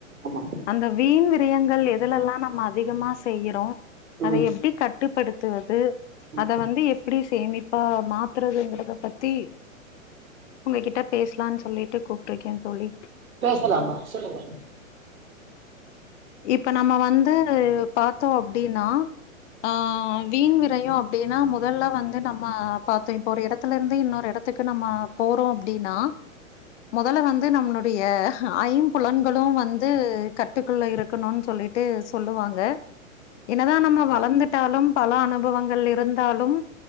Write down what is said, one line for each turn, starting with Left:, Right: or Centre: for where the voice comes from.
Right: ஆமா
Left: அந்த வீண் வி விரயங்கள் எதுல எல்லாம் நம்ம அதிகமா செய்யிறோம்
Right: ம்
Left: அதை எப்படி கட் கட்டுப்படுத்துவது
Right: ம்
Left: அத வந்து எப் இப்படி சேமிப்பா மாத்துறதுங்கறத பத்தி உங்ககிட்ட பேசலான்னு சொல்லிட்டு கூப்பிட்டுருக்கேன் தோழி
Right: பேசலாமா சொல்லுங்க
Left: இப்ப நம்ம வந்து பார்த்தோம் அப்படின்னா ஆஹ் வீண் விரையும் அப்படின்னா முதல்ல வந்து நம்ம பார்த்தோம் இப்ப ஒரு இடத்துல இருந்து இன்னொரு இடத்துக்கு நம்ம போறோம் அப்படின்னா முதல்ல வந்து வந்து நம்மமுடைய ஐம்புலன்களும் வந்து கற்றுக்கொள்ள இரு இருக்கணும்னு சொல்லிட்டு சொல்லுவாங்க என்னதான் நம்ம வளர்ந்து வலந்துட்டாலும் பல அனுபவங்கள் இருந்தாலும்